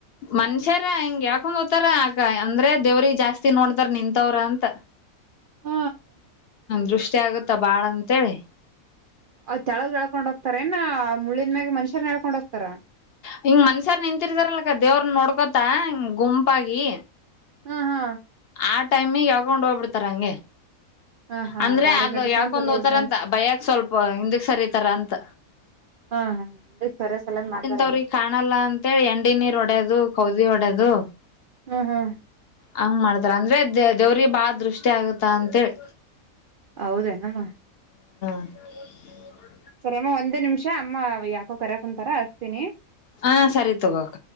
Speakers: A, on the left; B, on the right.
A: ಮನ್ಷ್ಯರ ಹಿಂಗ ಹೇಳ್ಕೊಂಡ್ ಹೋಗತಾರ ಆಕ ಅಂದ್ರೆ ದೇವ್ರಿ ಜಾಸ್ತಿ ನೋಡ್ತಾರ ನಿಂತವ್ರ ಅಂತ
B: ಹ್ಮ
A: ದೃಷ್ಟಿ ಆಗತ್ತ ಬಾಳ ಅಂತೇಳಿ
B: ಅವ್ ತೆಳಗ ಎಳ್ಕೊಂಡ್ೋಗತಾರ ಏನ ಮುಳ್ಳಿನ ಮ್ಯೆ ಮನುಷರನ ಎಳ್ಕೊಂಡ್ ಹೋಗ್ತಾರ
A: ಹಂಗ ಮನ್ಷ್ಯಾರ್ ನಿಂತಿರ್ತಾರಲ್ಲಕ ದೇವ್ರ ನೋಡ್ಕೋತ ಹಂಗ ಗುಂಪಾಗಿ
B: ಹಾ ಹಾ
A: ಆ ೈಮ ಯಕೌೊಂಡ ೋಗ ಬಿಡ್ತಾರಾಂ
B: ಹಾ ಹಾ
A: ಅಂದ್ರೆ
B: ಬಾರಿ
A: ಅದು
B: ಗಡ್ಡಿ
A: ಯಾಕೊಂದು
B: ತಂದು ರೋಡ್
A: ಹೋ್ತಾರಂತ
B: ಮೇಲೆ
A: ಭಯಕ್ ಸ್ವಲ್ಪ ಹಿಂದಕ್ ಸರಿತಾರ ಅಂತ
B: ಹಾ ಹ ಸರಸ ಎಲನ್ ಮಾಡ್ತಾರ
A: ಅವ್ರಿಗೆ ಕಾಣಲ್ಲ ಅಂತೇಳಿ ಎಂಡೆ ನೀರ್ ಒಡ್ಯೋದು ಕೌದಿ ಹೊಡ್ಯದು
B: ಹ್ಮ್ ಹ್ಮ್
A: ಹಂಗ್ ಮಾಡ್ತಾರ ಅಂದ್ರೆ ದ ದೇವ್ರಿಗೆ ಬಾಳ ದೃಷ್ಟಿ ಆಗತ್ತ ಅಂತೇಳಿ
B: ಹೌದೇ ನಮ್ಮ
A: <inaudible>
B: ಸರ್ಮ್ಮ ಒಂದೇ ನಿಮಿಷ ಅಮ್ಮ ಯಾಕೋ ಕರಕ ಕುಂತಾರ ಅಸ್ತೀನಿ
A: ಹಾ ಸರಿ ತಗೋಕ